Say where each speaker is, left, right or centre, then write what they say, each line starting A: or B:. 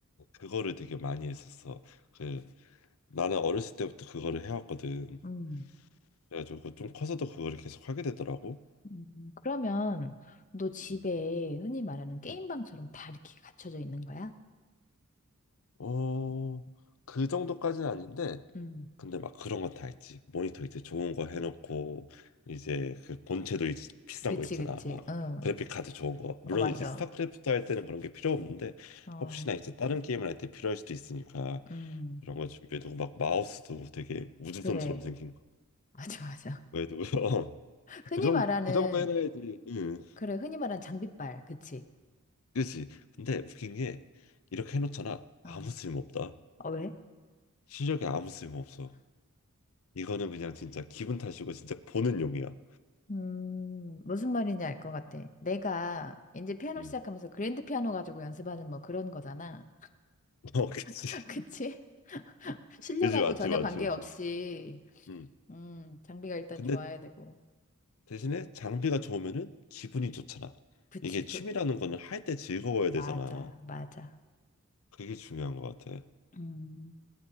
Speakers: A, on the left; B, on the left.
A: 그거를 되게 많이 했었어. 그 나는 어렸을 때부터 그거를 해왔거든.
B: 음.
A: 그래가지고 그 좀 커서도 그거를 계속 하게 되더라고.
B: 음, 그러면 너 집에
A: 음.
B: 흔히 말하는 게임방처럼
A: 음.
B: 다 이렇게 갖춰져 있는 거야?
A: 어, 그 정도까지는 아닌데,
B: 음.
A: 근데 막 그런 건 다 했지. 모니터 이제 좋은 거 해놓고 이제 그 본체도 이제 비싼
B: 그치,
A: 거 있잖아.
B: 그치.
A: 막
B: 응.
A: 그래픽 카드 좋은 거. 물론
B: 어, 맞아.
A: 이제 스타크래프트 할 때는 그런 게 필요 없는데
B: 어.
A: 혹시나 이제 다른 게임을 할 때 필요할 수도 있으니까
B: 음.
A: 그런 거 준비해두고 막 마우스도 되게 우주선처럼
B: 그래.
A: 생긴
B: 맞아, 맞아.
A: 그도 <laughs>
B: 흔히
A: 그 정도,
B: 말하는,
A: 그 정도 해놔야지. 응,
B: 그래, 흔히 말하는 장비빨, 그치?
A: 그치. 근데 웃긴 게 이렇게 해놓잖아.
B: 어.
A: 아무 쓸모없다.
B: 어, 왜?
A: 실력이 아무 쓸모없어. 이거는 그냥 진짜 기분 탓이고 진짜 보는 용이야.
B: 음, 무슨 말인지 알 것 같아. 내가 이제 피아노
A: 응.
B: 시작하면서 그랜드 피아노 가지고 연습하는 뭐 그런 거잖아.
A: <laughs> 어, 그치.
B: <laughs> 그치? 실력하고
A: 그치, 맞지,
B: 전혀
A: 맞지,
B: 관계없이,
A: 맞지. 응.
B: 음, 장비가 일단
A: 근데
B: 좋아야 되고.
A: 대신에 장비가 좋으면은 기분이 좋잖아.
B: 그치,
A: 이게
B: 그,
A: 취미라는 거는 할 때 즐거워야 되잖아.
B: 맞아, 맞아.
A: 그게 중요한 것 같아.
B: 음,